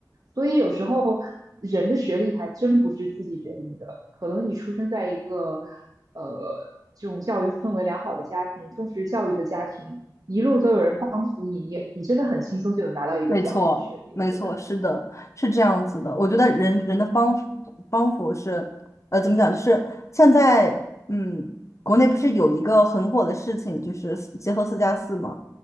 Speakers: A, on the right; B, on the left.
A: 所以有时候人的学历还真不是自己决定的，可能你出生在一个呃这种教育氛围良好的家庭，重视教育的家庭，一路都有人帮扶你，你也你真的很轻松就能拿到一个比较好的学历，
B: 没错，没错，
A: 我觉得，
B: 是的，是这样子的。
A: 嗯。
B: 我觉得人人的帮扶帮扶是，呃，怎么讲？就是现在，嗯，国内不是有一个很火的事情，就是四结合四加四嘛，